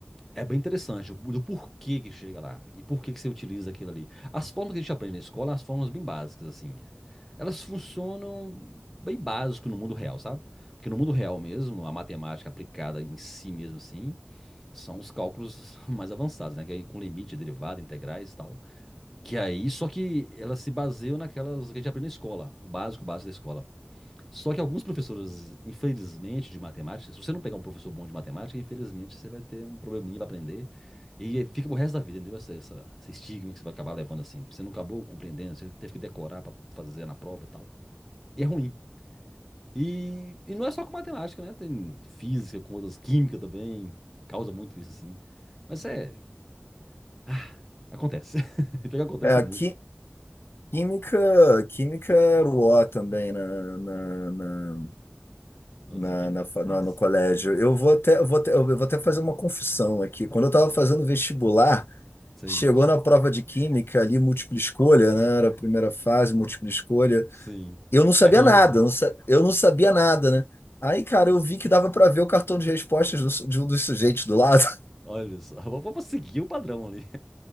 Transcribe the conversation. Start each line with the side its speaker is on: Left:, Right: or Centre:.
Centre: É bem interessante o- do porquê que chega lá e por que que você utiliza aquilo ali. As formas que a gente aprende na escola, as formas bem básicas, assim, é. elas funcionam bem básico no mundo real, sabe? Porque no mundo real mesmo, a matemática aplicada em si mesmo, assim, são os cálculos <laughs> mais avançados, né? Que aí com limite, derivada, integrais e tal. Que aí, só que elas se baseiam naquelas que a gente aprende na escola, o básico, básico da escola. Só que alguns professores, infelizmente, de matemática, se você não pegar um professor bom de matemática, infelizmente você vai ter um probleminha para aprender. E fica pro resto da vida, entendeu? Essa, essa- esse estigma que você vai acabar levando assim. Você não acabou compreendendo, você teve que decorar para fazer na prova e tal. E é ruim. E, e não é só com matemática, né? Tem física, com outras química também. Causa muito isso, assim. Mas é. ah, acontece. <laughs> Pior que acontece
Left: É, a
Centre: muito,
Left: qui-
Centre: hein?
Left: química, química era o O também na, na, na-
Centre: Nossa,
Left: na,
Centre: química,
Left: na, fa-
Centre: mas.
Left: na- no colégio. Eu vou até, eu vou até, eu vou até fazer uma confissão aqui. Quando eu estava fazendo vestibular,
Centre: Sim,
Left: chegou
Centre: <laughs>
Left: na prova de química ali, múltipla escolha, né? Era a primeira fase, múltipla escolha.
Centre: sim.
Left: Eu não sabia
Centre: Terrível.
Left: nada, eu não, sa- eu não sabia nada, né? Aí, cara, eu vi que dava para ver o cartão de respostas do su- de um dos sujeitos do lado. <laughs>
Centre: Olha só. Vou vou seguir o padrão ali.